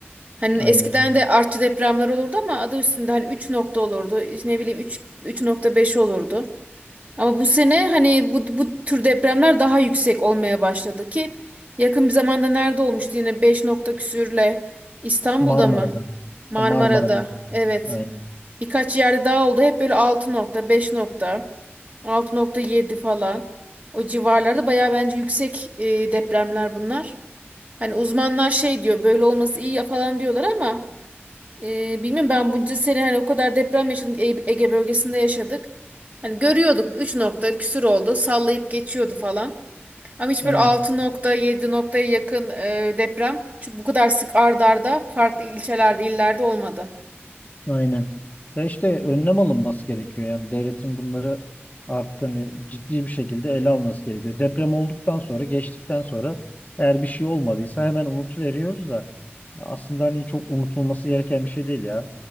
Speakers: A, on the right (about 35°); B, on the left (about 40°).
A: Hani
B: Aynen.
A: eskiden de artçı depremler olurdu ama adı üstünde hani 3 nokta olurdu. işte Ne bileyim 3 3.5 olurdu. Ama bu sene hani bu bu tür depremler daha yüksek olmaya başladı ki yakın bir zamanda nerede olmuştu yine 5 nokta küsürle İstanbul'da
B: Marmara'da.
A: mı? Marmara'da.
B: Marmara'da.
A: Evet.
B: Aynen.
A: Birkaç yerde daha oldu. Hep böyle 6 nokta, 5 nokta, 6.7 falan. O civarlarda bayağı bence yüksek e, depremler bunlar. Hani uzmanlar şey diyor böyle olması iyi ya falan diyorlar ama ee, bilmiyorum ben bunca sene hani o kadar deprem yaşadık E- Ege bölgesinde yaşadık. Hani görüyorduk 3 nokta küsür oldu sallayıp geçiyordu falan. Ama hiç
B: Aynen.
A: böyle 6 nokta 7 noktaya yakın e, deprem çok bu kadar sık ard arda farklı ilçelerde illerde olmadı.
B: Aynen. Ya işte önlem alınması gerekiyor. Yani devletin bunları artık hani ciddi bir şekilde ele alması gerekiyor. Deprem olduktan sonra, geçtikten sonra eğer bir şey olmadıysa hemen unutuveriyoruz da aslında hani çok unutulması gereken bir şey değil ya.